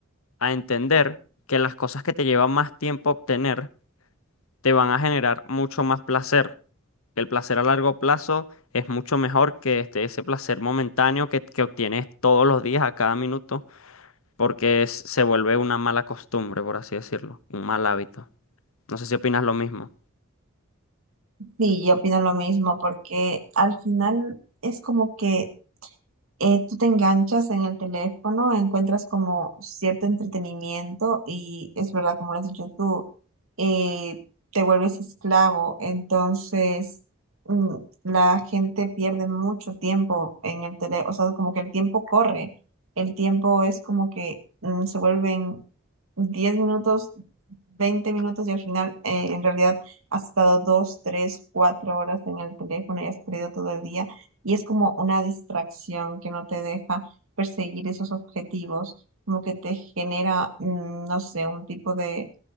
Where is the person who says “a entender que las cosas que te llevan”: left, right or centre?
Left